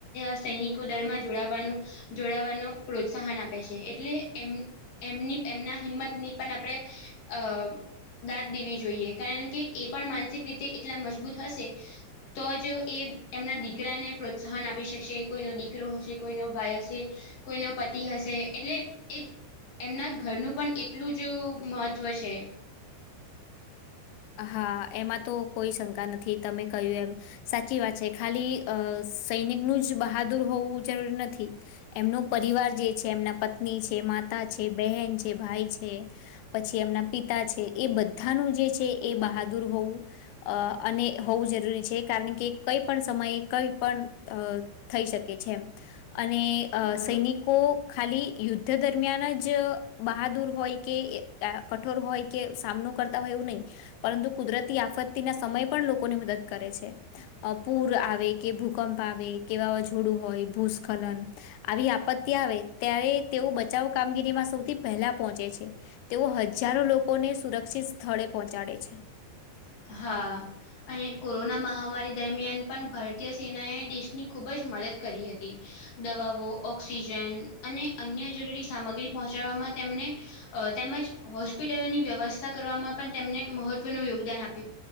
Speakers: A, on the left; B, on the left.
A: સૈનિકો દળમાં જોડાવાનું જોડાવાનો પ્રોત્સાહન આપે છે એટલે એમ. એમની એમના હિંમતની પણ આપણે અ દાત દેવી જોઈએ કારણ કે એ પણ માનસિક રીતે એટલા મજબૂત હશે તો જ એ એમના દીકરાને પ્રોત્સાહન આપી શકશે કોઈનો દીકરો હશે કોઈનો ભાઈ હશે કોઈનો પતિ હશે એટલે એ એમના ઘરનું પણ એટલું જ મહત્વ છે.
B: હા એમાં તો કોઈ શંકા નથી તમે કહ્યું એમ સાચી વાત છે ખાલી અ સૈનિકનું જ બહાદુર હોવું જરૂરી નથી. એમનો પરિવાર જે છે એમના પત્ની છે માતા છે બહેન છે ભાઈ છે. પછી એમના પિતા છે એ બધાનું જે છે એ બહાદુર હોવું અ અને હોવું જરૂરી છે કારણ કે કઈ પણ સમયે કઈ પણ થઈ શકે છે અને અ
A: હા
B: સૈનિક કો ખાલી યુદ્ધ દરમિયાન જ બહાદુર હોય કે એકતા કઠોર હોય કે સામનો કરતા હોય એવું નહી પરંતુ કુદરતી આફત્તીના સમય પણ લોકોની મદદ કરે છે અ પૂર આવે કે ભૂકંપ આવે કે વાવાઝોડું હોય ભૂસ્ખલન આવી આપત્તિ આવે ત્યારે તેઓ બચાવ કામગીરીમાં સૌથી પહેલા પહોંચે છે. તેઓ હજારો લોકોને સુરક્ષિત સ્થળે પહોંચાડે છે
A: હા. અને કોરોના મહામારી દરમિયાન પણ ભારતીય સેનાએ દેશની ખૂબ જ મદદ કરી હતી દવાઓ ઓક્સિજન અને અન્ય જરૂરી સામગ્રી પહોંચાડવામાં તેમને અ તેમજ હોસ્પિટલોની વ્યવસ્થા કરવામાં પણ તેમને મહત્વનું યોગદાન આપે